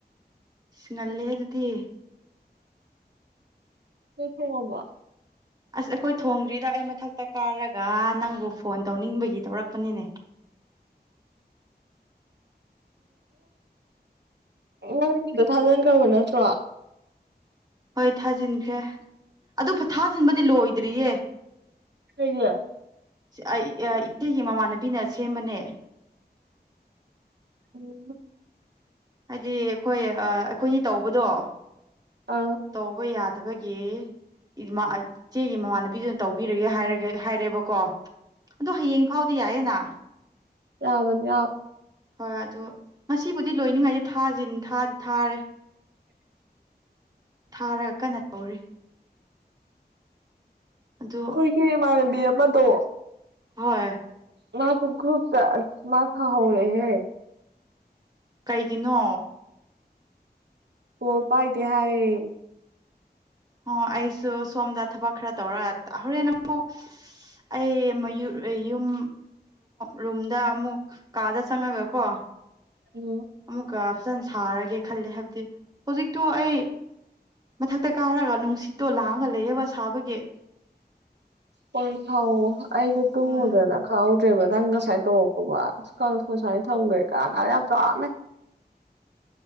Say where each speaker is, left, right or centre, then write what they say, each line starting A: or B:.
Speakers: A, on the right; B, on the right.
A: ꯁꯦ ꯍꯦ ꯑꯗꯨꯗꯤ
B: ꯀ ꯊ ꯋꯥ
A: ꯑꯁ ꯑꯩꯈꯣꯏ ꯊꯣꯡꯗ꯭ꯔꯤꯗ ꯑꯩ ꯃꯊꯛꯇ ꯀꯥꯔꯒ ꯅꯪꯕꯨ ꯐꯣꯟ ꯇꯧꯅꯤꯡꯕꯒꯤ ꯇꯧꯔꯛꯄꯅꯤꯅꯦ
B: <inaudible> ꯎꯝ ꯉꯒꯤꯗ ꯊꯥꯖꯤꯟꯈ꯭ꯔꯕ ꯅꯠꯇ꯭ꯔꯣ
A: ꯍꯣꯏ ꯊꯥꯖꯤꯟꯈ꯭ꯔꯦ ꯑꯗꯨ ꯊꯥꯖꯤꯟꯕꯗꯤ ꯂꯣꯏꯗ꯭ꯔꯤꯌꯦ
B: ꯁꯤꯉ
A: ꯑꯩ ꯏꯆꯦꯒꯤ ꯃꯃꯥꯟꯅꯕꯤꯅ ꯁꯦꯝꯕꯅꯦ
B: ꯎꯝ
A: ꯍꯥꯏꯗꯤ ꯑꯩꯈꯣꯏ ꯑꯩꯈꯣꯏꯅꯤ ꯇꯧꯕꯗꯣ
B: ꯑꯥ
A: ꯇꯧꯕ ꯌꯥꯗꯕꯒꯤ ꯏꯆꯦꯒꯤ ꯃꯃꯥꯟꯅꯕꯤꯗꯨꯅ ꯇꯧꯕꯤꯔꯒꯦ ꯍꯥꯏꯔꯒ ꯍꯥꯏꯔꯦꯕꯀꯣ ꯑꯗꯣ ꯍꯌꯦꯡ ꯐꯥꯎꯗꯤ ꯌꯥꯏꯌꯦꯅꯥ
B: ꯌꯥꯎꯕꯅꯤ ꯌꯥꯎꯕꯅꯤ
A: ꯍꯣꯏ ꯑꯗꯨ ꯉꯁꯤꯕꯨꯗꯤ ꯂꯣꯏꯅꯤꯡꯉꯥꯏꯁꯦ ꯊꯥꯁꯤꯟ ꯊꯥꯗꯤ ꯊꯥꯔꯦ
B: <inaudible>
A: ꯊꯥꯔꯒ ꯀꯟꯅ ꯇꯧꯔꯤ ꯑꯗꯨ
B: ꯑꯩꯈꯣꯏꯒꯤ ꯏꯃꯥꯟꯅꯕꯤ ꯑꯃꯗꯣ
A: ꯍꯣꯏ
B: ꯃꯥꯁꯨ ꯈ꯭ꯔꯨꯨꯞ ꯆ ꯃꯥꯁ ꯍꯑꯣ ꯍꯦ
A: ꯀꯩꯒꯤꯅꯣ
B: ꯍꯣ ꯄꯔꯇꯤ ꯍꯥꯏꯌꯦ
A: ꯑꯣ ꯑꯩꯁꯨ ꯁꯣꯝꯗ ꯊꯕꯛ ꯈꯔ ꯇꯧꯔ ꯍꯣꯔꯦꯟ ꯅꯨ ꯑꯩ ꯌꯨꯝ ꯔꯨꯝꯗ ꯑꯃꯨꯛ ꯀꯥꯗ ꯆꯪꯉꯒ ꯀꯣ
B: ꯎꯝ
A: ꯑꯃꯨꯛꯀ ꯐꯖꯅ ꯁꯥꯔꯒꯦ ꯈꯜꯂꯦ ꯍꯥꯏꯕꯗꯤ ꯍꯧꯖꯤꯛꯇꯣ ꯑꯩ ꯃꯊꯛꯇ ꯀꯥꯔꯒ ꯅꯨꯡꯁꯤꯠꯇꯣ ꯂꯥꯡꯒ ꯂꯩꯌꯦꯕ ꯁꯥꯕꯒꯤ
B: ꯍꯣꯏ ꯈꯥꯎ ꯑꯩꯒ ꯇꯨꯃꯗꯅ
A: ꯎꯝ
B: ꯈꯥꯎ ꯭ꯔꯦꯕ ꯅꯪ ꯉꯁꯥꯏ ꯇꯧꯔꯛꯄꯕ ꯁꯨꯃꯥꯏꯅ ꯊꯝꯒ꯭ꯔꯦ ꯀꯥ ꯉꯥꯔ ꯌꯥꯝ ꯆꯥꯃꯦꯩ <inaudible>